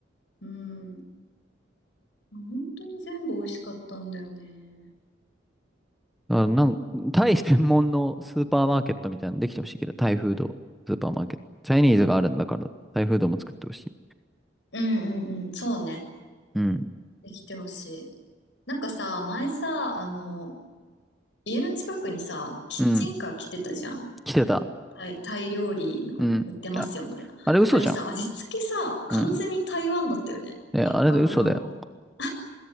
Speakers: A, on the left (about 75°); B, in the centre.
A: うん。本当に全部美味しかったんだよね。
B: だからなんか、タイ専門のスーパーマーケットみたいなのできてほしいけど、タイフード、スーパーマーケット。チャイニーズがあるんだから、タイフードも作ってほしい。
A: うんうんうんうん、そうね。
B: うん。
A: できてほしい。なんかさ、前さ、あの、家の近くにさ、キッチンカー来てたじゃん。
B: うん。来てた。
A: タイ、タイ料理の売ってますよ、
B: うん。あ、
A: みたいな。
B: あれ嘘じゃん。
A: あれさ、味付けさ、完全に台湾だったよね。
B: うん。え、
A: 八角の。
B: あれで嘘だよ。
A: <laughs>